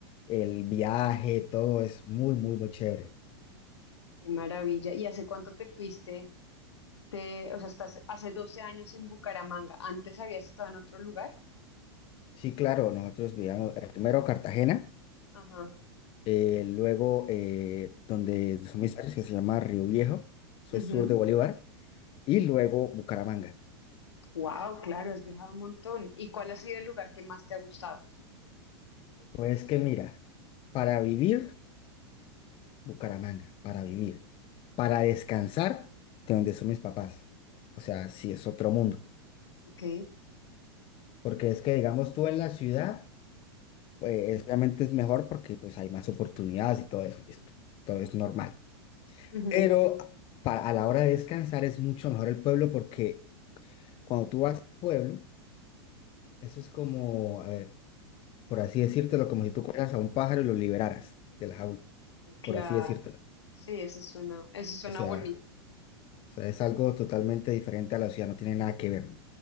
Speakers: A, on the left; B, on the left.
A: el viaje, todo es muy, muy, muy chévere.
B: Qué maravilla. ¿Y hace cuánto te fuiste? Te, o sea, estás hace 12 años en Bucaramanga. ¿Antes habías estado en otro lugar?
A: Sí, claro, nosotros vivíamos eh, primero Cartagena,
B: Ajá.
A: eh, luego eh, donde son mis padres, que se llama Río Viejo, eso
B: Ujú.
A: es sur de Bolívar, y luego Bucaramanga.
B: Wow, claro, has viajado un montón. ¿Y cuál ha sido el lugar que más te ha gustado?
A: Pues que mira, para vivir, Bucaramanga, para vivir.
B: Ujú.
A: Para descansar, de donde son mis papás. O sea, sí, es otro mundo.
B: Ok.
A: Porque es que, digamos, tú en la ciudad, pues obviamente es mejor porque pues hay más oportunidades y todo eso, listo. Todo es normal.
B: Ujú.
A: Pero para, a la hora de descansar es mucho mejor el pueblo porque cuando tú vas al pueblo, eso es como, a ver, por así decírtelo, como si tú cogieras a un pájaro y lo liberaras de la jaula,
B: Ay, Claro.
A: por así decírtelo.
B: Sí, eso suena, eso suena
A: O sea,
B: bonito.
A: o sea, es algo totalmente diferente a la ciudad, no tiene nada que ver.